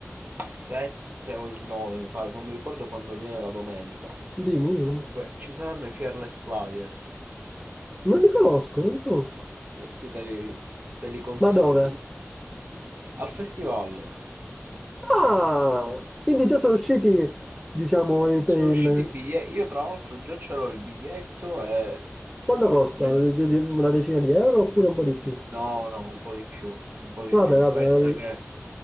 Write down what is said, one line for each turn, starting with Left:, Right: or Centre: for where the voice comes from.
Right: 7 o il 9, mi pare, non mi ricordo quando viene la domenica.
Centre: Dimmi, dimmi.
Right: Comunque, ci saranno i Fearless Flyers.
Centre: Non li conosco, non li conosco.
Right: Questi te li, te li consiglio.
Centre: Ma dove?
Right: Al festival.
Centre: Ah, quindi già sono usciti, diciamo, i- per
Right: Sono usciti
Centre: il...
Right: i biglietti, io tra l'altro già ce l'ho il biglietto e...
Centre: Quanto costa?
Right: Bellissimo.
Centre: Una decina di euro oppure un po' di più?
Right: No, no, un po' di più, un po' di
Centre: Vabbè,
Right: più.
Centre: vabbè,
Right: Pensa
Centre: vabbè.
Right: che